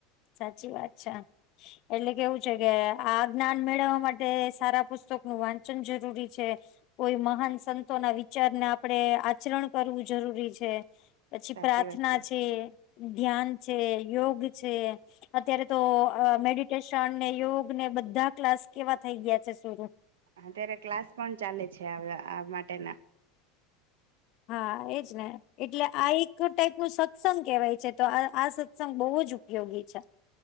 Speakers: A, on the left; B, on the right.
A: સાચી વાત છે એટલે કેવું છે કે આ જ્ઞાન મેળવવા માટે સારા પુસ્તક નું વાંચન જરૂરી છે કોઈ મહાન સંતો ના વિચારને આપે આચરણ કરવું જરૂરી છે પછી
B: સાચી
A: પ્રાર્થના
B: વાત
A: છે ધ્યાન છે યોગ છે અત્યારે તો મેડિટેશન ને યોગ ને બધા ક્લાસ કેવા થઈ ગયા છે સુર
B: અત્યારે ક્લાસ પણ ચાલે છે આ માટેના
A: હા એજ ને એટલે આ એક ટાઈપ નું સત્સંગ કેવાય છે તો આ આ સત્સંગ બહુ જ ઉપયોગી છે